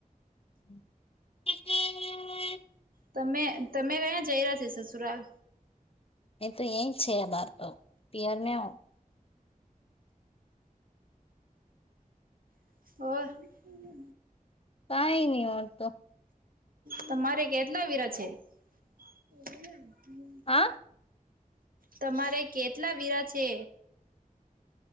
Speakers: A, on the left; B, on the right.
A: <inaudible>
B: તમે તમે કયાં જઈ રહ્યા છે? સસુરાલ.
A: એ તો એ છે, બાર તો પિયરને.
B: <unintelligible>
A: કઈ નહી, ઓર તો.
B: તમારે કેટલા વિરા છે? <unintelligible>
A: હા.
B: તમારે કેટલા વીરા છે?